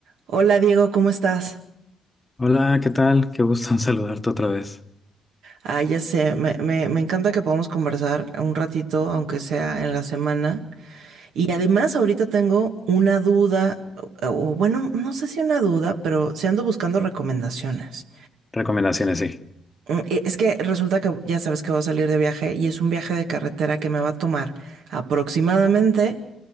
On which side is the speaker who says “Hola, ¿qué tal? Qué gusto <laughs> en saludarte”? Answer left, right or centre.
Left